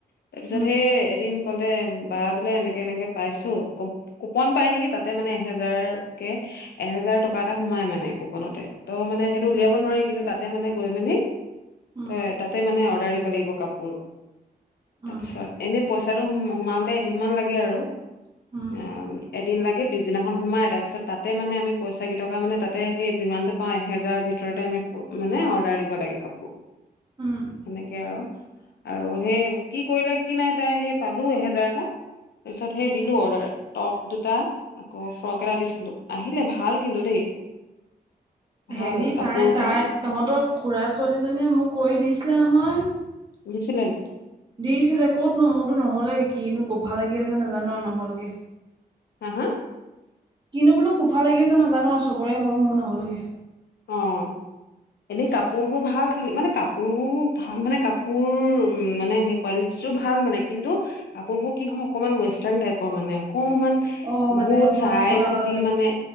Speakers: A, on the left (about 80°); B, on the right (about 30°).
A: তাৰ পিছত
B: উম
A: হে এদিন ক'লে বা বোলে এনেকে এনেকে পাইছো। কুপ-কুপন পাই নেকি তাতে মানে এহেজাৰ কে এহেজাৰ টকা এটা সোমাই মানে কুপনতে। ত মানে সেইটো উলিয়াব নোৱাৰি, কিন্তু তাত তাতে মানে গৈ মেলি
B: উম
A: তই তাতে মানে অৰ্ডাৰ দিব লাগিব কাপোৰ।
B: উম
A: তাৰপিছত এনে পইচাটো সো-সোমাবলে এদিন মান লাগে আৰু।
B: উম
A: অ এ এদিন লাগে পিছদিনাখন সোমায়। তাৰপিছত তাতে মানে আমি পইচা কেইটকা মানে তাতে সেই যিমানটো পাওঁ এহেজাৰৰ ভিতৰতে আমি মানে অৰ্ডাৰ দিব লাগে কাপোৰ।
B: উম
A: সেনেকে আৰু আৰু সেই কি কৰিলে কি নাই তাই সেই পালো এহেজাৰ এটা। তাৰপিছত সেই দিলোঁ অৰ্ডাৰ। টপ দুটা আকৌ ফ্ৰক এটা দিছিলো, আহিলে ভাল কিন্তু দেই। ভাল
B: হেৰি
A: কাপোৰ
B: তাই তাই
A: ভাল
B: তহঁতৰ খুৰা ছোৱালীজনীয়ে মোক কৰি দিছিলে নহয়।
A: দিছিলে নি?
B: দিছিলে ক'তনো মোৰতো নহলে। কিনো কফা লাগি আছে নাজানো আৰু নহ'লগে।
A: হা হা?
B: কিনো বোলো কোফা লাগি আছে নাজানো আৰু চবৰে হ'ল মোৰ নহ'লগে।
A: অঁ। এনে কাপোৰবোৰ ভাল, খালী মানে কাপোৰবোৰ ভাল মানে কাপোৰ উ মানে হে কোৱালিটিটো ভাল মানে কিন্তু কাপোৰবোৰ কি হয় অকমান ৱেষ্টাৰ্ণ টাইপৰ মানে অকমান
B: অ মানে
A: বহুত
B: অকমান
A: চাই
B: কটা
A: চিতি
B: কটা টাইপ
A: মানে